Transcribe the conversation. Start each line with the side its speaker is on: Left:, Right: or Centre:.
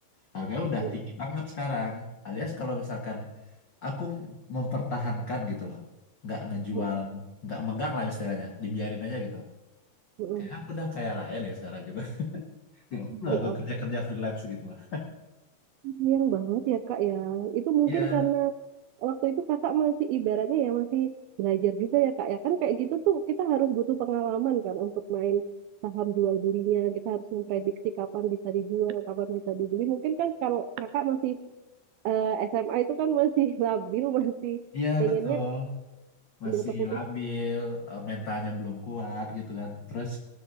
Left: harganya udah
Right: hmm,
Left: tinggi banget sekarang alias kalau misalkan aku mempertahankan gitu loh nggak ngejual
Right: hmm,
Left: nggak megang lah istilahnya dibiarin aja gitu
Right: hmm.
Left: kayaknya aku udah kaya raya deh sekarang gitu <laughs> nggak perlu
Right: Ya,
Left: aku
Right: aku
Left: kerja-kerja freelance gitu loh
Right: sayang banget ya Kak ya. Itu mungkin
Left: iya
Right: karena waktu itu kakak masih ibaratnya ya masih belajar juga ya kak ya kan kayak gitu tuh kita harus butuh pengalaman kan untuk main saham jual belinya kita harus memprediksi kapan bisa dijual kapan bisa dibeli mungkin kan kalau kakak masih eh, SMA itu kan masih <laughs> labil masih
Left: iya
Right: pengennya
Left: betul masih
Right: ambil keputusan
Left: labil, eh, mentalnya belum kuat gitu kan. Terus